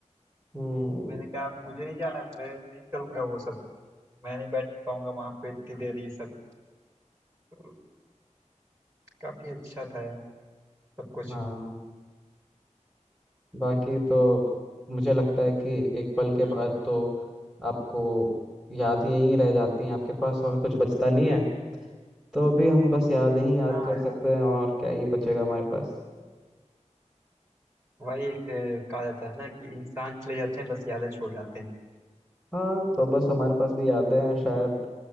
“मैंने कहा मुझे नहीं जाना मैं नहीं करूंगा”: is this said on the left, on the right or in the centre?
Right